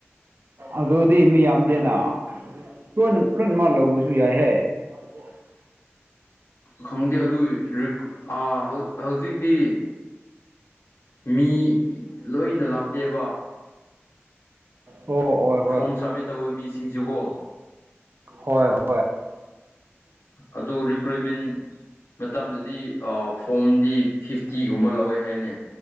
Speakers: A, on the right; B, on the left.
A: ꯑꯗꯨꯗꯤ ꯃꯤ ꯌꯥꯝꯗꯦꯅ ꯂꯣꯏꯅ ꯂꯣꯏꯅꯃꯛ ꯂꯧꯕꯁꯨ ꯌꯥꯏꯍꯦ <unintelligible>
B: ꯈꯪꯗꯦ ꯑꯗꯨꯏ ꯔꯤꯀ꯭ꯔꯨ ꯑ ꯍꯧ ꯍꯧꯖꯤꯛꯗꯤ ꯃꯤ ꯂꯣꯏꯅ ꯂꯥꯛꯇꯦꯕ
A: ꯑꯣ ꯑꯣꯏ
B: ꯐꯣꯝ ꯁꯕꯃꯤꯠ ꯇꯧꯕ ꯃꯤꯁꯤꯡ ꯁꯦꯀꯣ
A: ꯍꯣꯏ ꯍꯣ
B: ꯑꯗꯨ ꯔꯤꯀ꯭ꯔꯨꯏꯃꯦꯟ ꯃꯇꯝꯗꯗꯤ ꯑ ꯐꯣꯝꯗꯤ ꯐꯤꯐ ꯇꯤꯒꯨꯝꯕ ꯂꯧꯋꯦ ꯍꯥꯏꯅꯦ